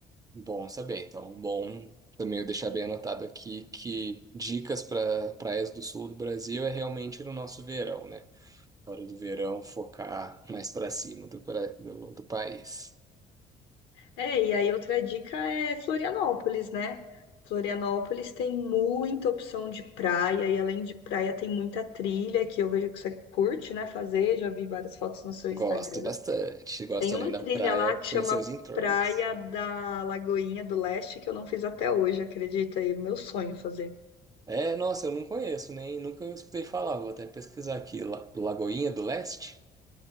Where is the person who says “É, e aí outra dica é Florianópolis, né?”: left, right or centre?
Left